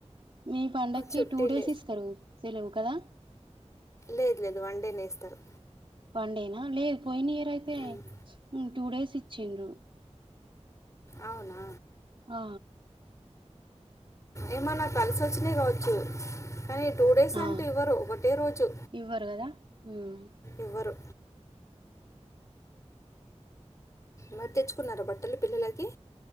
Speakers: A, on the right (about 50°); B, on the left (about 25°).
A: మీ పండకి
B: చుట్టీలే
A: టూ డేస్ ఇస్తారు సెలవు కదా
B: లేదు లేదు వన్ డే నే ఇస్తారు
A: వన్ డేనా లేదు పోయిన ఇయర్ అయితే
B: ఉమ్.
A: టూ డేస్ ఇచ్చిండ్రు
B: అవునా
A: ఆ
B: ఏమో నాకు కలిసి వచ్చినాయి కావచ్చు కానీ టూ డేస్
A: ఆ
B: అంటే ఇవ్వరు ఒకటే రోజు
A: ఇవ్వరు కదా ఉమ్
B: ఇవ్వరు మరి తెచ్చుకున్నారా బట్టలు పిల్లలకి